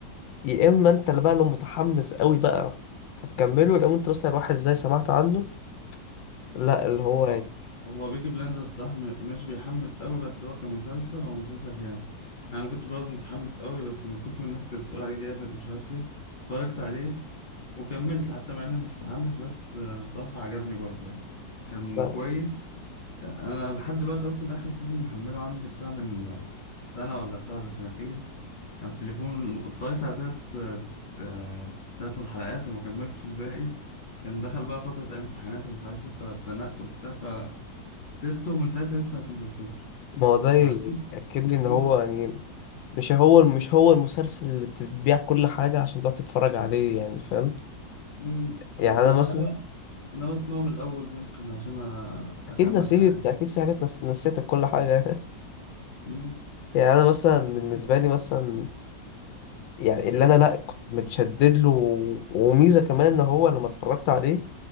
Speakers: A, on the left; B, on the left.
A: يا اما انت اللي بقى لو متحمس قوي بقى هتكمله لو انت مثلا واحد زي سمعت عنه لا اللي هو
B: هو
A: يعني
B: هو بيكي بلاندرز صح م- مش بيحمس قوي بس هو كمسلسل هو مسلسل جامد انا ما كنت برضه متحمس قوي بس من كتر ما الناس كانت بتقول عليه جامد ومش عارف ايه اتفرجت عليه وكملت حتى مع اني مش متحمس بس آه، الصراحة عجبني برضه يعني كان
A: لا
B: كويس انا لحد دلوقتي اصلا اخر سيزون محمله عندي بتاع من آه، سنه ولا بتاع ولا سنتين على التليفون اتفرجت على تلات آه، تلات من الحلقات وما كملتش الباقي كان دخل بقى فتره امتحانات ومش عارف ايه فاتزنقت وبتاع فسيبته ومن ساعتها لسه ما كملتوش
A: ما هو ده
B: فاهمين
A: يأكد لي ان
B: مم،
A: هو يعني مش هو مش هو المسلسل اللي بتتبيع كل حاجه عشان تقعد تتفرج عليه يعني فاهم
B: مم.
A: يعني
B: انا
A: انا مثلا
B: انا انا اسمعه من الاول ممكن عشان أ-
A: اكيد
B: اكمل
A: نسيت
B: الحلقات
A: اكيد في حاجات نس... نسيتك كل حاجه
B: مم.
A: <laughs> يعني انا مثلا بالنسبه لي مثلا يعني اللي انا لا كنت متشدد له و- وميزه كمان ان هو لما اتفرجت عليه